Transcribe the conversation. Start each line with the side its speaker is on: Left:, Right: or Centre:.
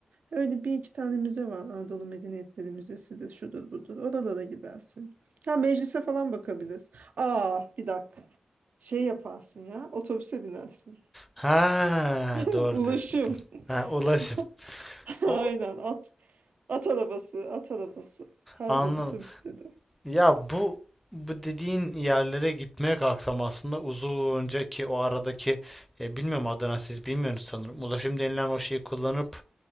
Right: Öyle bir iki tane müze var. Anadolu Medeniyetleri Müzesi'dir, şudur budur. Oralara gidersin. Ha meclise falan bakabiliriz. Aa bir dakika. Şey yaparsın ya. Otobüse binersin.
Centre: Ha,
Right: <laughs>
Centre: doğru
Right: Ulaşım.
Centre: diyorsun. Tamam. Ha, ulaşım.
Right: <laughs>
Centre: O,
Right: Aynen at, at arabası, at arabası. Pardon
Centre: anladım.
Right: otobüs dedim.
Centre: Ya bu bu dediğin yerlere gitmeye kalksam aslında uzunca ki o aradaki e, bilmiyorum Adana siz bilmiyorsunuz sanırım. Ulaşım denilen o şeyi kullanıp